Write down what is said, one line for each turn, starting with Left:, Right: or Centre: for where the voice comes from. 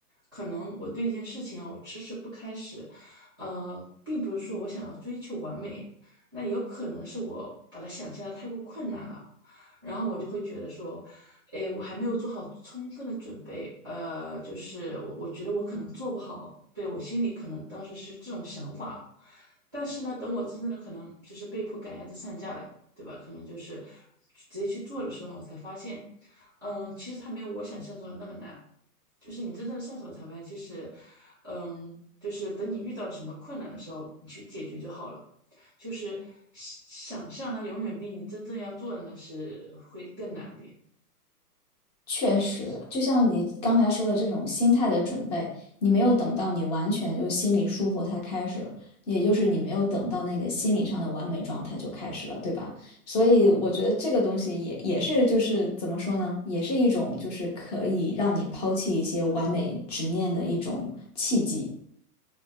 Right: 可能我对一件事情啊，我迟迟不开始，呃，并不是说我想要追求完美，那也有可能是我把它想象的太过困难了，然后我就会觉得说，哎，我还没有做好充分的准备，呃，就是我我觉得我可能做不好，对，我心里可能当时是这种想法，但是呢，等我真正的可能就是被迫赶鸭子上架了，对吧？可能就是直接去做的时候呢，我才发现。嗯，其实它没有我想象中的那么难，就是你真正的上手了才发现，其实，嗯，就是等你遇到了什么困难的时候，你去解决就好了。就是想想象呢，永远比你真正要做的呢是会更难点。
Left: 确实，
Right: 就是
Left: 就像你刚才说的这种心态的准备，你没有等到你完全就心里舒服才开始，也就是你没有等到那个心理上的完美状态就开始了，对吧？所以我觉得这个东西也也是就是怎么说呢，也是一种就是可以让你抛弃一些完美执念的一种契机。